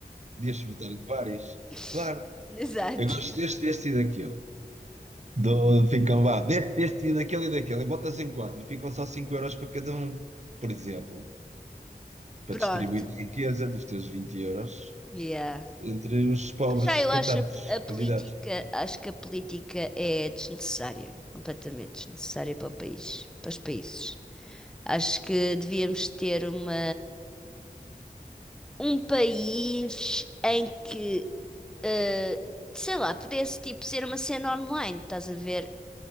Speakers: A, on the right; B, in the centre.
A: podias votar em vários.
B: <laughs>
A: Claro, eu gosto
B: Exato.
A: deste, deste e daquele. Do, ficam, vá, deste, deste e daquele e daquele, e botas em quatro, e ficam só 5 euros para cada um, por exemplo, para
B: Pronto.
A: distribuir a riqueza dos teus 20 euros
B: Yeah.
A: entre os pobres,
B: Já eu
A: coitados,
B: acho a, p- a política,
A: candidatos.
B: acho que a política é desnecessária, completamente desnecessária para o país, para os países. Acho que devíamos ter uma, um país em que uh, sei lá, pudesse tipo ser uma cena online, estás a ver?